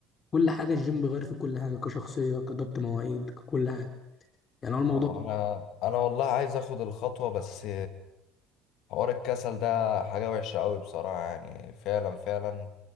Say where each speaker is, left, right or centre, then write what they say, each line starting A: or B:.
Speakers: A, on the left; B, on the left.
A: كل حاجة الجيم بيغير في كل حاجة كشخصية كضبط مواعيد ككل حاجة يعني هو الموضوع
B: ما هو انا انا والله عايز اخد الخطوه بس حوار الكسل ده حاجة وحشة قوي بصراحة يعني فعلا فعلا